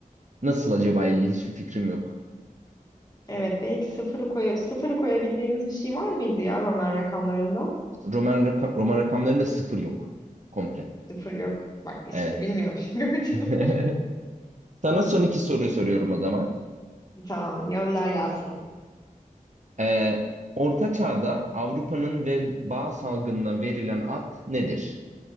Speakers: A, on the right; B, on the left.
A: Nasıl acaba 50? Hiçbir fikrim yok.
B: Evet belki sıfırı koy sıfırı koyabildiğimiz bir şey var mıydı ya Roman rakamlarında?
A: Roman, raka- Roman rakamlarında sıfır yok. Komple.
B: Sıfır yok. Bak işte
A: Evet.
B: bilmiyormuşum <laughs> gördün
A: <laughs>
B: mü?
A: Sana son iki soruyu soruyorum o zaman.
B: <laughs> Tamam gönder gelsin.
A: Ee, Orta Çağ'da Avrupa'nın veba salgınına verilen ad nedir?